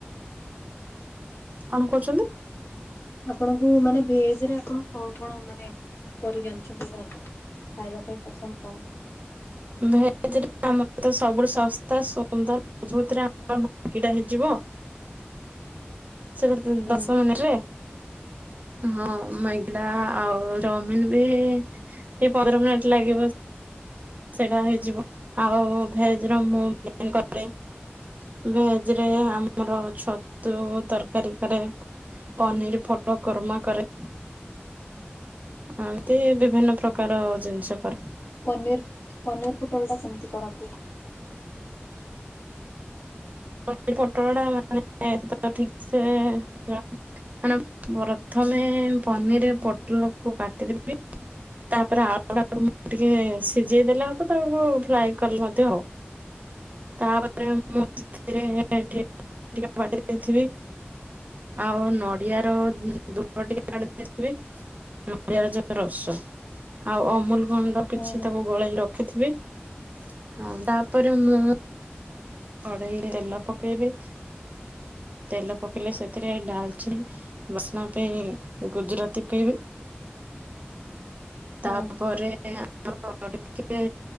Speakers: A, on the right (about 40°); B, on the left (about 80°).
A: କଣ କହୁଛନ୍ତି?
B: ଆପଣଙ୍କୁ ମାନେ ଭେଜ୍ ରେ ଆପଣ କଣ କଣ ମାନେ କରିଜାଣିଛନ୍ତି ଭଲ? ଖାଇବା ପାଇଁ ପସନ୍ଦ କଣ କଣ?
A: ଭେଜ୍ ରେ ଆମର ତ ସବୁଠୁ ଶସ୍ତା ସୁନ୍ଦର ମଜଭୁତ୍ ରେ <inaudible> ହେଇଯିବ। ସେଟା <inaudible>
B: ହୁଁ
A: ଦଶ ମିନିଟ୍ ରେ। ହଁ ମାଇଗିଡ଼ା ଆଉ ଚଉମିନ ବି ହେ ସେ ପନ୍ଦର ମିନିଟ୍ ଲାଗିବ। ସେଇଟା ହେଇଯିବ। ଆଉ ଭେଜ୍ ର ମୁଁ <inaudible> କରେ। ଭେଜ୍ ରେ ଆମର ଛତୁ ତରକାରୀ କରେ। ପନିର୍ ଫଟ କୁରମା କରେ। ଏମତି ବିଭିନ୍ନ ପ୍ରକାର ଜିନିଷ କରେ।
B: ପନିର୍ ପନିର୍ ପୋଟଳ ଟା କେମିତି କରନ୍ତି?
A: ପନିର୍ ପୋଟଳ ଟା ମାନେ <inaudible> ଠିକ ସେ <inaudible> ମାନେ ପ୍ରଥମେ ପନିର୍ ପୋଟଲକୁ କାଟିଦେବି। ତାପରେ ଆଳୁ ଟାକୁ ମୁଁ ଟିକେ ସିଜେଇ ଦେେଲେ ହବ, ତାକୁ ଫ୍ରାଏ କଲେ ମଧ୍ୟ ହବ। ତାପରେ ମୁଁ ସେଥିରେ ଏଠି ଟିକେ ବାଟି ଦେଇଥିବି। ଆଉ ନଡିଆ ର ଉଁ, ଦୁଡ ଟିକେ <inaudible> ଥିବି। ନଡ଼ିଆ ର ଯୋଉ ରସ। ଆଉ ଅମୁଲ ଗଣ୍ଡୁ କିଛି
B: ହୁଁ
A: ତାକୁ ଗୋଳେଇକି ରଖିଥିବି। ହଁ ତାପରେ ମୁଁ କଢେଇରେ ତେଲ ପକେଇବି, ତେଲ ପକେଇଲେ ସେଥିରେ ଡାଲଚିନି ବାସ୍ନା ପାଇଁ ଗୁଜୁରାତି କେଇବି।
B: ହୁଁ
A: ତାପରେ ଆ <inaudible> ଟିକେ